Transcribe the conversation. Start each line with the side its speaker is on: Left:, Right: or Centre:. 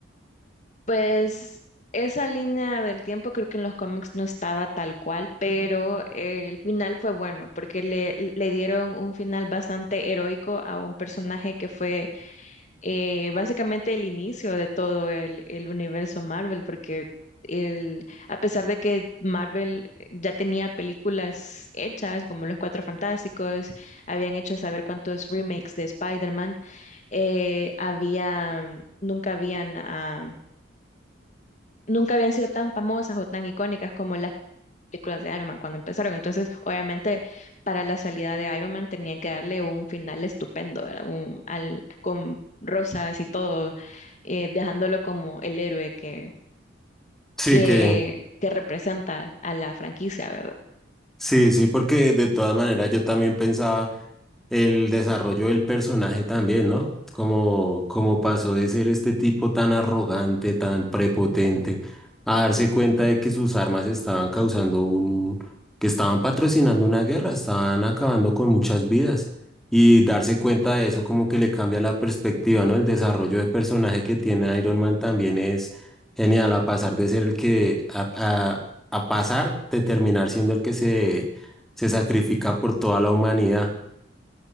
Left: Pues esa línea del tiempo creo que en los cómics no estaba tal cual, pero eh, el final fue bueno porque le, le dieron un final bastante heroico a un personaje que fue eh, básicamente el inicio de todo el, el universo Marvel, porque el, a pesar de que Marvel ya tenía películas hechas como Los Cuatro Fantásticos, habían hecho saber cuántos remakes de Spider-Man, eh, había, nunca habían... ah, nunca habían sido tan famosas o tan icónicas como las películas de Iron Man cuando empezaron. Entonces, obviamente, para la salida de Iron Man tenían que darle un final estupendo, ¿verdad? Un, al, con rosas y todo, eh, dejándolo como el héroe que,
Centre: Sí,
Left: que,
Centre: que...
Left: que representa a la franquicia, ¿verdad?
Centre: Sí, sí, porque de todas maneras yo también pensaba el desarrollo del personaje también, ¿no? Como, como pasó de ser este tipo tan arrogante, tan prepotente, a darse cuenta de que sus armas estaban causando un, que estaban patrocinando una guerra, estaban acabando con muchas vidas. Y darse cuenta de eso como que le cambia la perspectiva, ¿no? El desarrollo de personaje que tiene Iron Man también es genial, a pasar de ser el que, a a pasar de terminar siendo el que se, se sacrifica por toda la humanidad.